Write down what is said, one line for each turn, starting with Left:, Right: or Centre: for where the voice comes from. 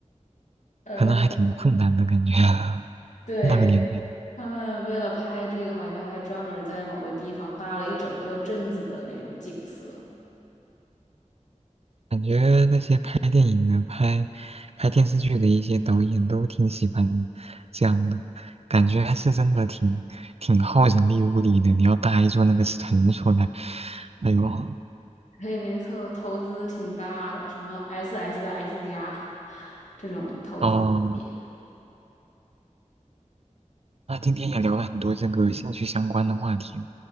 Left: <laughs> 呃，
Right: 可能还挺困难的感觉。<laughs>
Left: 对，
Right: 那个年代，
Left: 他们为了拍这个，好像还专门在某个地方搭了一整个镇子的那种景色。
Right: 感觉那些拍电影的、拍拍电视剧的一些导演都挺喜欢这样的，感觉还是真的挺挺耗人力物力的。你要搭一座那个城出来，哎呦，
Left: <laughs> 对，没错，投资挺大的，什么 SSS 家 <laughs> 这种投资级别
Right: 哦，那今天也聊了很多这个兴趣相关的话题了